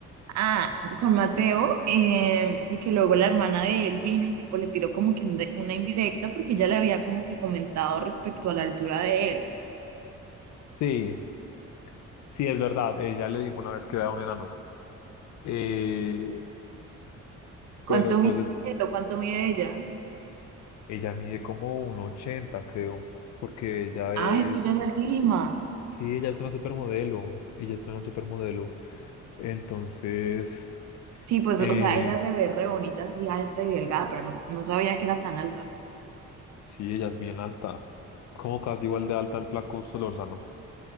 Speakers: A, on the right (about 65°); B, on the left (about 65°).
A: Ah, con Mateo, eh, y que luego la hermana de él vino y tipo le tiró como que un de- una indirecta porque ella le había como que comentado respecto a la altura de él.
B: Sí, sí, es verdad. Ella le dijo una vez que era un enano. Eh,
A: ¿Cuánto
B: pero
A: mide
B: pues es-
A: él o cuánto mide ella?
B: ella mide como un 80 creo, porque ella
A: Ah,
B: es
A: es que ella es altísima.
B: Sí, ella es una supermodelo, ella es una supermodelo. Entonces,
A: Sí, pues,
B: eh,
A: o sea, ella se ve re bonita, así alta y delgada, pero no, no sabía que era tan alta.
B: sí, ella es bien alta. Es como casi igual de alta al flaco Solórzano.